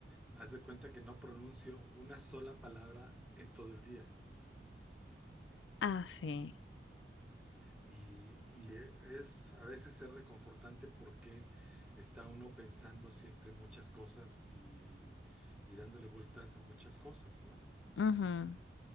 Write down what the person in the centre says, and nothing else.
haz de cuenta que no pronuncio una sola palabra en todo el día.
Y, y e- es a veces es reconfortante porque está uno pensando siempre muchas cosas y, y dándole vueltas a muchas cosas, ¿no?